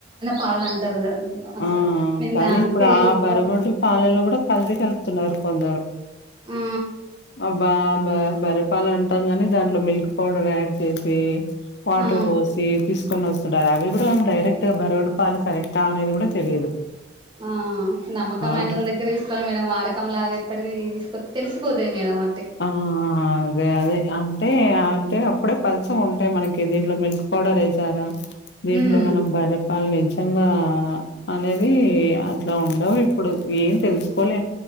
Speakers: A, on the right; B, on the left.
A: వాళ్ళు అంటారు కదా మేడం అసలు
B: ఆ
A: మేము
B: కానీ
A: దానికే
B: ఇప్పుడు ఆ
A: ఇంకో
B: బరగుడ్డు పాలల్లో కూడా కల్తీ కలుపుతున్నారు కొందరు
A: ఆ
B: అబ్బా బా బర్రె పాలు అంటాం గాని దాంట్లో మిల్క్ పౌడర్ యాడ్ చేసి వాటర్
A: ఆ
B: పోసి తీసుకొని వస్తుంటారు అవి కూడా డైరెక్ట్గా బరుగొడ్డు పాలు కరెక్టా అనేది కూడా తెలీదు
A: ఆ నమ్మకంమైనోళ్ళ
B: అట్లా
A: దగ్గర తీసుకోవాలి మేడం వాడకంలాగా ఎప్పటికి తీసు తెలిసిపోతాయి మేడమ్
B: ఆ అదే అదే అంటే అంటే అప్పుడే ప సో ఉంటాయి మనకి దీంట్లో మిల్క్ పౌడర్ వేసారా దీంట్లో
A: ఉమ్
B: మనం బర్రె పాలే ఎచ్ నిజంగా అనేది అట్లా ఉండవు
A: ఉమ్
B: ఇప్పుడు ఏం తెలుసుకోలే